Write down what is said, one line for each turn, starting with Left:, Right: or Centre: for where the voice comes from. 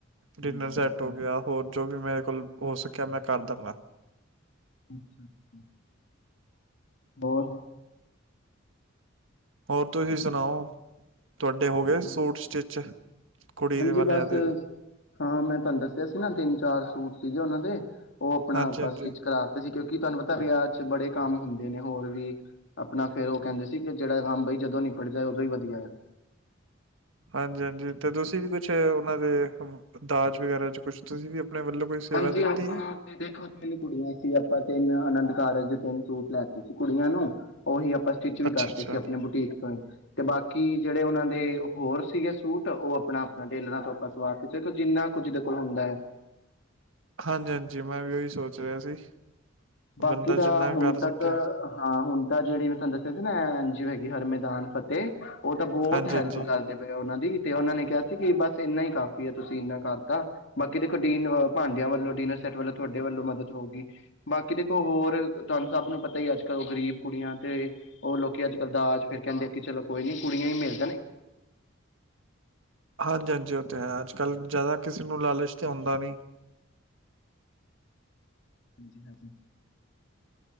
Right: ਡਿਨਰ
Left: ਹਾਂਜੀ
Right: ਸੈੱਟ
Left: ਹਾਂਜੀ
Right: ਹੋ ਗਿਆ। ਹੋਰ ਜੋ ਵੀ ਮੇਰੇ ਕੋਲ ਹੋ ਸਕਿਆ ਮੈਂ ਕਰ ਦਾਂਗਾ
Left: <inaudible> ਹੋਰ
Right: ਹੋਰ ਤੁਸੀਂ ਸੁਣਾਓ? ਤੁਹਾਡੇ ਹੋ
Left: ਬਸ
Right: ਗਏ ਸੂਟ
Left: ਵਧੀਆ
Right: ਸਟਿਚ? ਕੁੜੀ
Left: ਹਾਂਜੀ।
Right: ਦੇ ਬਣਿਆ
Left: ਬਸ,
Right: ਤੇ
Left: ਹਾਂ। ਮੈਂ ਤੁਹਾਨੂੰ ਦੱਸਿਆ ਸ ਸੀ। ਨਾ ਤਿੰਨ -ਚਾਰ ਸੂਟ ਸੀਗੇ ਔਨਾਂ ਦੇ ਔ ਅਪਣਾ
Right: ਹਾਂਜੀ
Left: ਅਪਾ
Right: ਹਾਂਜੀ
Left: ਸਟਿਚ ਕਰਾਤੇ ਸੀ। ਕਿਉਂਕਿ ਤੁਹਾਨੂੰ ਪਤੈ ਵਿਆਹ ਚ ਬੜੇ ਕੰਮ ਹੁੰਦੇ ਨੇ ਹੋਰ ਵੀ, ਅਪਣਾ ਫੇਰ ਔ ਕੈੰਦੇ ਸੀ ਕਿ ਜੇੜਾ ਕੰਮ ਬਈ ਜਦੋਂ ਨੀਪੜ ਜਾਏ ਓਦੋਂ ਈ ਵਧੀਆ ਐ।
Right: ਹਾਂਜੀ -ਹਾਂਜੀ ਤੇ ਤੁਸੀਂ ਵੀ ਕੁਛ ਔਨਾਂ ਦੇ, ਦਾਜ ਵਗੈਰਾ ਚ ਕੁਛ ਤੁਸੀਂ ਵੀ ਵੱਲੋਂ ਕੋਈ ਸੇਵਾ
Left: ਹਾਂਜੀ,
Right: ਦਿੱਤੀ
Left: ਆਪਾਂ
Right: ਹੈ
Left: ਤੇ ਦੇਖੋ ਤਿੰਨ ਕੁੜੀਆਂ ਸੀ ਅਪਾਂ ਤਿੰਨ ਅਨੰਦ ਕਾਰਜ ਦੇ ਤਿੰਨ ਸੂਟ ਲੈ ਕੁੜੀਆਂ ਨੂੰ ਓਹੀ ਅਪ ਆਪਾਂ ਸਟਿਚ ਵੀ
Right: ਅੱਛਾ
Left: ਕਰਤੇ
Right: ਅੱਛਾ
Left: ਸੀ। ਅਪਣੇ ਬੁਟੀਕ ਤੋਂ ਹੀ, ਤੇ ਬਾਕੀ ਜੇੜੇ ਓਨਾਂ ਦੇ, ਹੋਰ ਸੀਗੇ ਸੂਟ, ਓਹ ਅਪਣਾ- ਅਪਣਾ ਟੇਲਰਾਂ ਤੋਂ ਅਪਾਂ ਸਵਾ ਤੇ ਚੇਖੋ ਜਿੰਨਾ ਕੁ ਜਿਦੇ ਕੋ ਹੁੰਦੈ
Right: ਹਾਂਜੀ- ਹਾਂਜੀ ਮੈਂ ਵੀ ਓਹੀ ਸੋਚ ਰਿਹਾ ਸੀ।
Left: ਬਾਕੀ
Right: ਬੰਦਾ
Left: ਤਾਂ
Right: ਜਿੰਨਾ
Left: ਹੁਣ
Right: ਕਰ
Left: ਤੱਕ,
Right: ਸਕੇ
Left: ਹਾਂ। ਹੁਣ ਤਾਂ ਜੇੜੀ ਮੈ ਤਨੂੰ ਦੱਸਿਆ ਸ ਐ ਜਿਵੇਕਿ ਹਰ ਮੈਦਾਨ ਫਤੇਹ। ਔ ਤਾਂ ਬਹੁਤ
Right: ਹਾਂਜੀ
Left: ਹੈਲਪ
Right: ਹਾਂਜੀ
Left: ਕਰਦੇ ਪਏ ਆ ਓਨਾਂ ਦੀ ਤੇ ਔਨਾਂ ਨੇ ਕਿਆ ਸੀ ਕਿ ਬਸ ਏਨਾ ਹੀ ਕਾਫ਼ੀ ਐ ਤੁਸੀਂ ਇੰਨਾ ਕਰਤਾ। ਬਾਕੀ ਤੇ ਕੁਟੀਨ ਭਾਂਡਿਆਂ ਵੱਲੋਂ ਡਿਨਰ ਸੈੱਟ ਵੱਲੋਂ ਤੁਹਾਡੇ ਵੱਲੋਂ ਮਦਦ ਹੋਗੀ। ਬਾਕੀ ਦੇਖੋ ਹੋਰ ਤੁਹਾਨੂੰ ਸਭ ਨੂੰ ਪਤਾ ਈ ਹੈ। ਅੱਜ ਕੱਲ ਔ ਗ਼ਰੀਬ ਕੁੜੀਆਂ ਤੇ ਔ ਲੋਕੀ ਅੱਜ ਕੱਲ੍ਹ ਦਾਜ ਫੇਰ ਕੈੰਦੇ ਐ ਕਿ ਚਲੋ ਕੋਈ ਨੀ ਕੁੜੀਆਂ ਹੀ ਮੇਲ
Right: ਹਾਂਜੀ- ਹਾਂਜੀ ਓ ਤੇ ਹੈ, ਅੱਜ-ਕੱਲ੍ਹ ਜੈਦਾ ਕਿਸੇ ਨੂੰ ਲਾਲਚ ਤੇ ਔਂਦਾ ਨੀ।
Left: ਹਾਂਜੀ -ਹਾਂਜੀ।